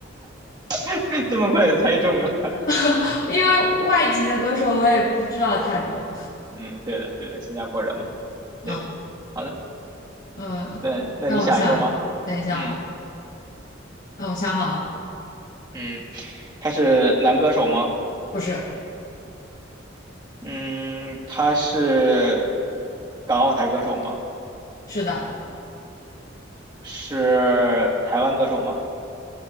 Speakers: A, on the right (about 25°); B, on the left (about 45°).
A: <laughs> 这么快就猜中了，
B: <laughs> 因为外籍的歌手我也不知道太多。
A: 嗯，对的对的，新加坡人嘛，
B: 啊，
A: 对，好的，
B: 嗯，
A: 那那你想一个吗？
B: 让我想，等一下啊，
A: 嗯。
B: 让我想好了，
A: 嗯，他是男歌手吗？
B: 不是，
A: 嗯，他是港澳台歌手吗？
B: 是的，
A: 是台湾歌手吗？